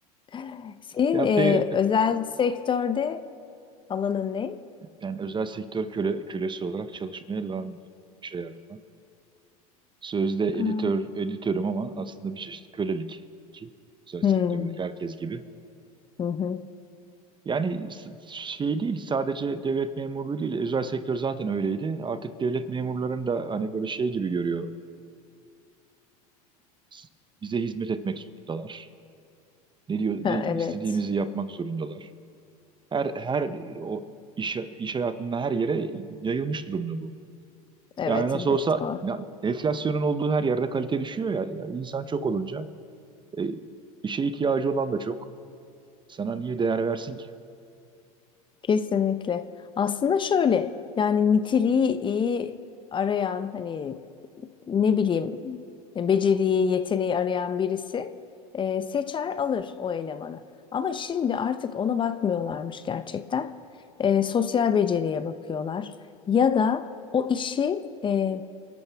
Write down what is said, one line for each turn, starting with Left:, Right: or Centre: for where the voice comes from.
Left: <laughs> Senin
Right: Ya
Left: e,
Right: pe
Left: özel sektörde alanın ne?
Right: yani özel sektör köle, kölesi olarak çalışmaya devam ediyorum. Şey yani. Sözde
Left: Aa.
Right: editör, editörüm ama aslında bir çeşit kölelik ki özel sektördeki
Left: Hmm,
Right: herkes gibi.
Left: Hı hı.
Right: Yani s- şey değil sadece devlet memurluğu değil özel sektör zaten öyleydi. Artık devlet memurlarını da hani böyle şey gibi görüyor. S- Bize hizmet etmek zorundalar. Ne diyor,
Left: Ha,
Right: ne
Left: evet.
Right: istediğimizi yapmak zorundalar. Her her o iş iş hayatında her yere yayılmış durumda bu.
Left: Evet,
Right: Yani nasıl
Left: evet.
Right: olsa
Left: Doğru.
Right: ya, enflasyonun olduğu her yerde kalite düşüyor ya. Ya insan çok olunca e, işe ihtiyacı olan da çok. Sana niye değer versin ki?
Left: Kesinlikle. Aslında şöyle yani niteliği iyi arayan hani ne bileyim e, beceriyi, yeteneği arayan birisi e, seçer alır o elemanı. Ama şimdi artık ona bakmıyorlarmış gerçekten. E, sosyal beceriye bakıyorlar. Ya da o işi e,